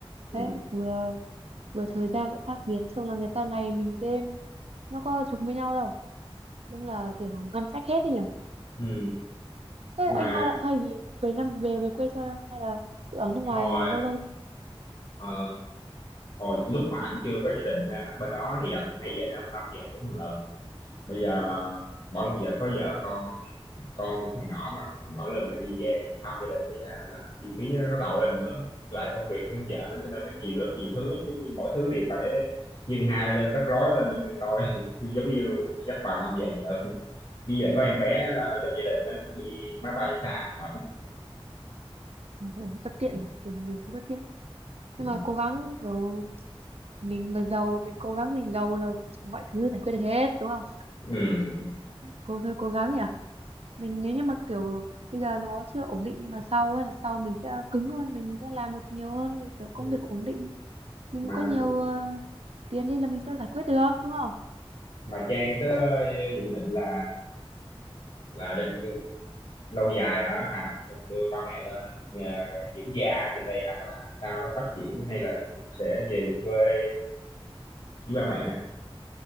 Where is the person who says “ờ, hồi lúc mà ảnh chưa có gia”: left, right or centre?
Left